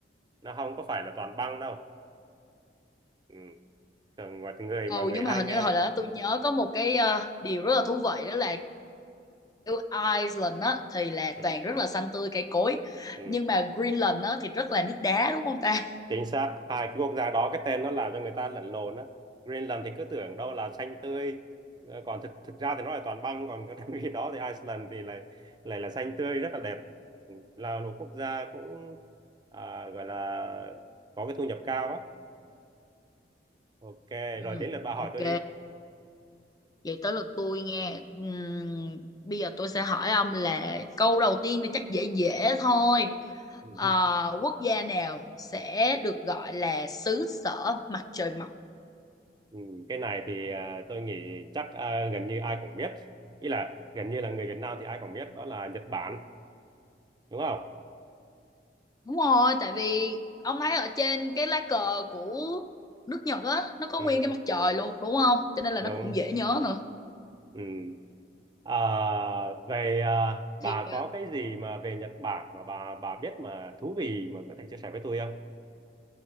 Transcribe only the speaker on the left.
Ừ
nhưng
mà hình
như là hồi đó tôi nhớ có một cái ờ, điều rất là thú vị đó là kiểu Iceland á thì là
toàn rất là xanh tươi cây cối
nhưng mà Greenland á thì rất là nước đá đúng không ta?
Ừ,
ok
vậy tới lượt tôi nghe Ừm, bây giờ tôi sẽ hỏi ông là câu đầu tiên thì chắc dễ dễ thôi
ờ, quốc gia nào sẽ được gọi là xứ sở mặt trời mọc
đúng rồi tại vì ông thấy ở trên cái lá cờ của nước Nhật á nó có
nguyên cái mặt trời luôn đúng không cho nên là
nó cũng dễ nhớ nữa
thì